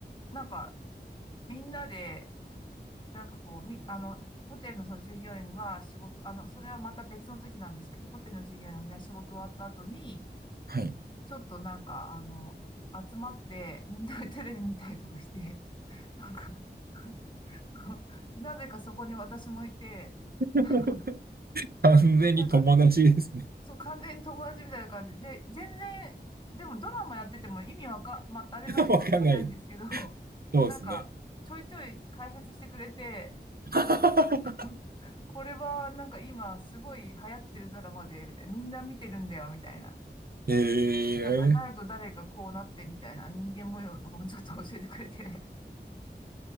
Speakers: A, on the left; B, on the right.
A: なんか、みんなで、なんかこう、み、あの、ホテルのその従業員が仕事、あの、それはまた別の時なんですけど、ホテルの従業員がみんな仕事終わった後に、
B: はい。
A: ちょっとなんか、あの、集まって、みんなでテレビ見たりとかして、なんか、<laughs> あのなぜかそこに私もいて、<laughs>
B: <laughs>
A: あの
B: 完全に友達ですね。
A: なんか、そう、完全に友達みたいな感じで、全然、でもドラマやってても意味わか、まあ、当たり前ですけどわかんないんですけど、
B: <laughs> わかんない。
A: <laughs>
B: そうですね。
A: なんか、ちょいちょい解説してくれて、
B: <laughs>
A: なんか、<laughs> これはなんか今すごい流行ってるドラマで、みたいな、みんな見てるんだよ、みたいな。
B: ええ
A: なんか、誰と誰がこうなって、みたいな人間模様とかもちょっと教えてくれて、<laughs>